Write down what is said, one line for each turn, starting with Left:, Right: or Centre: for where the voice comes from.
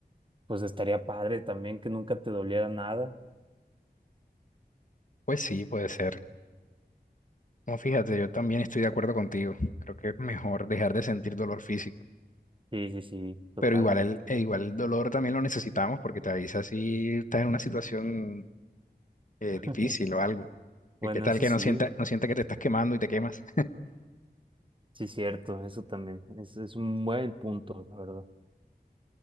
Right: Pues estaría padre también que nunca te doliera nada.
Left: Pues sí, puede ser. No, fíjate, yo también estoy de acuerdo contigo. Creo que es mejor dejar de sentir dolor físico,
Right: Sí, sí, sí, totalmente.
Left: pero igual el, e igual el dolor también lo necesitamos porque te avisa si estás en una situación eh,
Right: <laughs>
Left: difícil o algo.
Right: Bueno,
Left: Que ¿Qué tal
Right: eso
Left: que
Right: sí,
Left: no sienta, no sienta que te estás quemando y te quemas?
Right: sí, cierto, eso también. Es, es un buen punto, la verdad.